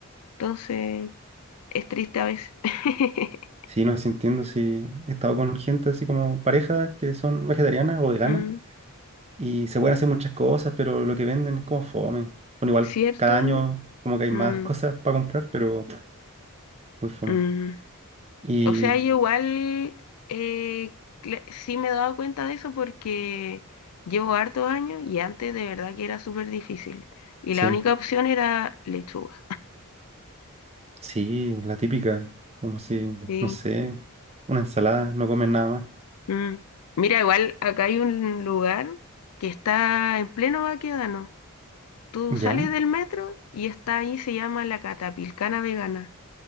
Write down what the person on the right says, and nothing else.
Sí, no, sí entiendo. Sí, he estado con gente así como parejas que son vegetarianas o veganas
Y se pueden hacer muchas cosas, pero lo que venden es como fome. Bueno, igual
cada año como que hay
más cosas para comprar, pero muy fome.
Y
sí,
sí, la típica, como si,
no sé, una ensalada, no comen nada
más.
¿Ya?